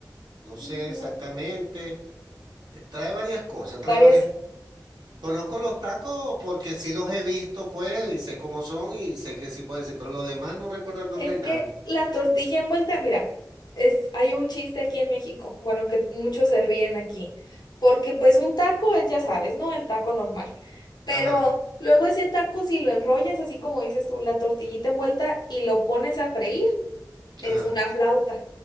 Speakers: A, on the right; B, on the left.
A: no sé
B: No.
A: exactamente. Eh, Trae varias cosas,
B: Varias.
A: trae varias cosas. Conozco los tacos porque sí los he visto, pues, y sé cómo son y sé que sí puedo decir, pero lo demás no recuerdo el nombre
B: Es
A: ni
B: que
A: nada.
B: la tortilla envuelta, mira, es, hay un chiste aquí en México, bueno, que muchos se ríen aquí, porque pues un taco es, ya sabes, ¿no? El taco normal. Pero
A: Ajá,
B: luego ese taco, si lo enrollas, así como dices tú, la tortillita envuelta y lo pones a freír, es
A: ajá.
B: una flauta.